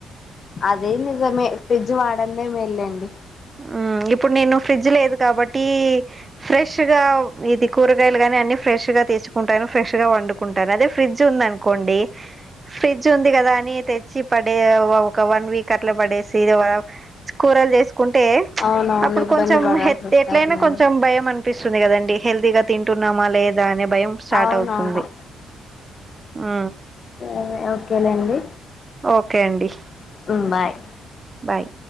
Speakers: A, on the left; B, on the right.
A: అదే నిజమే ఫ్రిడ్జ్ వాడందే మెల్లెండి
B: ఆ ఇప్పుడు నేను ఫ్రిడ్జ్ లేదు కాబట్టి ఫ్రెష్ కరెక్ట్ గా ఇది కూరగాయలు గాని అన్ని ఫ్రెష్ గా తేచుకుంటాను ఫ్రెష్ గా వండుకుంటాను అదే ఫ్రిడ్జ్ ఉంది అనుకోండి ఫ్రిడ్జ్ ఉంది కదా అని తెచ్చి పడే ఒక వన్ వీక్ అట్లా పడే సి సీదవ కూరలు చేసుకుంటే
A: అవునవును
B: అప్పుడు
A: ఇబ్బంది
B: కొంచెం
A: పడాల్సి వస్తాది
B: ఎట్లయినా
A: మరి
B: కొంచెం భయం అనిపిస్తుంది కదండి హెల్దీగా తింటున్నామా లేదా అనే భయం స్టార్ట్
A: అవునవును
B: అవుతుంది ఆ
A: ఉ ఓకే లేండి
B: ఓకే అండి
A: ఉమ్మ్ బాయ్
B: బాయ్